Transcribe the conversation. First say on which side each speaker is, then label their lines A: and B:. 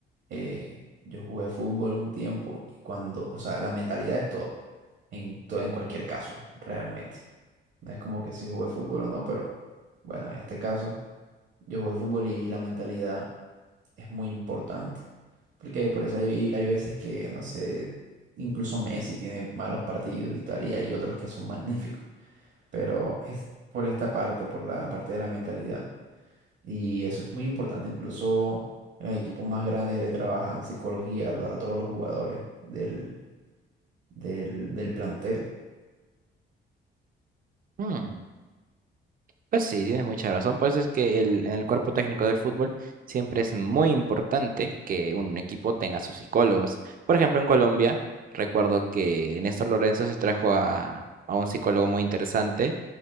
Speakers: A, on the right; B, on the right.
A: eh, yo jugué fútbol un tiempo y cuando, o sea, la mentalidad es todo, en, to- en cualquier caso, realmente. No es como que si jugué fútbol o no, pero bueno, en este caso, yo jugué fútbol y la mentalidad es muy importante. Porque por eso hay, hay veces que, no sé, incluso Messi tiene malos partidos y tal, y hay otros que son magníficos pero es por esta parte, por la parte de la mentalidad. Y eso es muy importante, incluso en equipos más grandes le trabajan psicología a, lo- a todos los jugadores del, del, del plantel.
B: Ujú. Pues sí, tienes mucha razón. Pues es que el, en el cuerpo técnico del fútbol siempre es muy importante que un equipo tenga sus psicólogos. Por ejemplo, en Colombia, recuerdo que Néstor Lorenzo se trajo a, a un psicólogo muy interesante